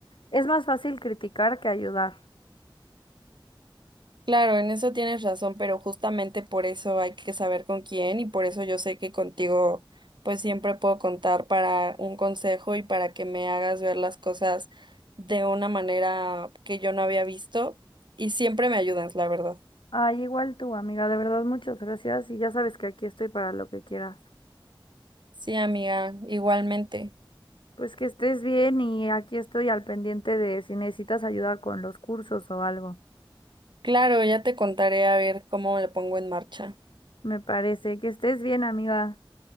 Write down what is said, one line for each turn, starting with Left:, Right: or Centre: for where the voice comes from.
Left: es más fácil criticar que ayudar.
Right: Claro, en eso tienes razón, pero justamente por eso hay que saber con quién y por eso yo sé que contigo pues siempre puedo contar para un consejo y para que me hagas ver las cosas de una manera que yo no había visto y siempre me ayudas, la verdad.
Left: Ay, igual tú, amiga, de verdad, muchas gracias y ya sabes que aquí estoy para lo que quieras.
Right: Sí, amiga, igualmente.
Left: Pues que estés bien y aquí estoy al pendiente de si necesitas ayuda con los cursos o algo.
Right: Claro, ya te contaré a ver cómo le pongo en marcha.
Left: Me parece que estés bien, amiga.